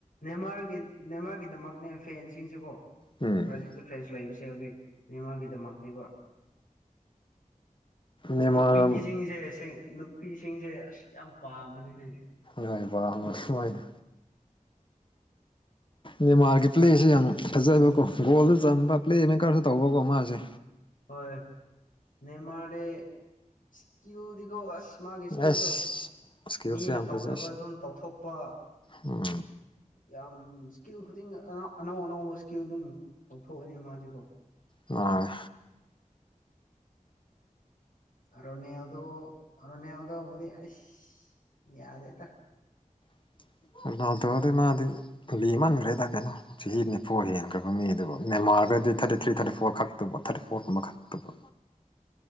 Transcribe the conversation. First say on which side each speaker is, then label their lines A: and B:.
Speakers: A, on the left (about 85°); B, on the left (about 35°).
A: ꯅꯦꯃꯥꯔꯒꯤ ꯅꯦꯃꯥꯔꯒꯤꯗꯃꯛꯅꯦ ꯐꯦꯟꯁꯤꯡꯁꯤꯦꯀꯣ
B: ꯎꯝ
A: ꯕ꯭ꯔꯥꯖꯤꯜꯒꯤ ꯐ꯭ꯔꯦꯟꯁ ꯂꯩꯕꯁꯦ ꯍꯧꯖꯤꯛ ꯃꯦꯟꯃꯥꯔꯒꯤꯗꯃꯛꯅꯦꯕ
B: ꯅꯦꯃꯥꯔ
A: ꯅꯨꯄꯤꯁꯤꯡꯁꯦꯦꯡ ꯅꯨꯄꯤꯁꯤꯡꯁꯦ ꯑꯁ ꯌꯥꯝ ꯄꯥꯝꯕꯅꯤꯅꯦ
B: ꯌꯥꯕ ꯃꯣꯏꯁꯨꯃꯅ ꯃꯦꯟꯃꯥꯔꯒꯤ ꯄ꯭ꯂꯦꯁꯤꯦ ꯌꯥꯝ ꯐꯖꯕꯀꯣ ꯒꯣꯜꯗ ꯆꯟꯕ ꯄ꯭ꯂꯦ ꯃꯦꯀꯔꯁꯨ ꯇꯧꯕꯀꯣ ꯃꯥꯁꯦ
A: ꯍꯣꯏ ꯅꯦꯃꯔꯦ ꯁꯀꯤꯌꯗꯤꯀꯁ ꯃꯥꯒꯤ ꯏꯁꯀꯤꯜꯗꯣ
B: ꯑꯁ ꯏꯁꯀꯤꯜꯁꯦ
A: ꯃꯤꯅ
B: ꯌꯥꯝ
A: ꯇꯧꯗꯕ
B: ꯐꯖꯩ
A: ꯑꯗꯨꯝ ꯇꯧꯊꯣꯛꯄ
B: ꯎꯝ
A: ꯌꯥꯝ ꯏꯁꯀꯤꯜ ꯈꯨꯗꯤꯡ ꯑꯅꯧ ꯑꯅꯧꯕ ꯏꯁꯀꯤꯜ ꯑꯗꯨꯝ ꯂꯧꯊꯣꯛꯑꯅꯤ ꯃꯥꯁꯦꯀꯣ
B: ꯎꯝ
A: ꯑꯔꯅꯗꯣ ꯑꯔꯅꯎꯗꯣ ꯑꯣꯏꯁ ꯌꯥꯗꯦꯇꯥ
B: <inaudible> ꯔꯣꯅꯥꯜ ꯇꯣꯗꯤ ꯃꯥꯗꯤ ꯂꯤꯃꯥꯟꯈ꯭ꯔꯦꯗ ꯀꯩꯅꯣ ꯆꯍꯤ ꯅꯤꯐꯨ ꯍꯦꯟꯈ꯭ꯔꯕ ꯃꯤꯗꯨꯕꯨ ꯅꯦꯝꯃꯑꯒꯗꯤ ꯊꯥ ꯊꯥꯔꯇꯤ ꯊ꯭ꯔꯤ ꯊꯥꯔꯇꯤ ꯐꯣꯔ ꯈꯛꯇꯨꯕ ꯊꯥꯔꯇꯤ ꯐꯣꯔ ꯀꯨꯝꯕ ꯈꯛꯇꯕ